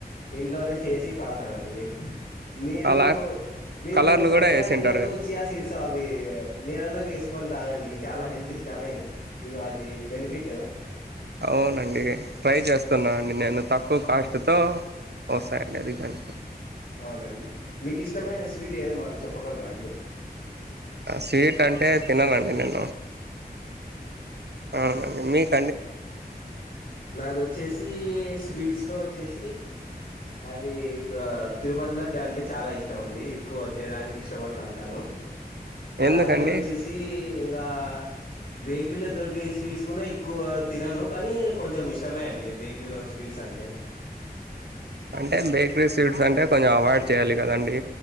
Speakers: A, on the left; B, on the right.
A: ఇంట్లోనే చేసి తాతానండి మీరు
B: అలా
A: మీరూ
B: కలర్లు
A: సబ్జా
B: కూడా వేసింటారు
A: గింజాలు
B: కదా
A: చయాసీడ్స్ అవి నీలల్లోకి వేసుకొని తాగండి చాలా హెల్త్ కి చానా ఇవి అది బెనిఫిట్.
B: అవునండి ట్రై చేస్తున్నా అండి నేను తక్కువ కాస్ట్తో వస్తాయండి అది కానీ
A: అవునండి మీకు ఇష్టమైన స్వీట్ ఏదో మాకు చెప్పగలరా అండి
B: స్వీట్ అంటే తిననండి నేను అవునండి మీక్
A: నాకొచ్చేసి స్వీట్స్ లో వచ్చేసి అదీ గ్ తిరుపతి లడ్డూ అంటే చాలా ఇష్టం అండి ఎక్కువ తినడానికి ఇష్టపడతా అంటాను. అలాగే
B: ఎందుకండి
A: వచ్చేసి ఇంగా బేకరీలో దొరికే స్వీట్స్ కూడా ఎక్కువ తినను కానీ కొంచెం ఇష్టమే అండి బేకరీలో స్వీట్స్ అంటే
B: అంటే బేకరీ స్వీట్స్ అంటే కొంచెం అవాయిడ్ చేయాలి కదండి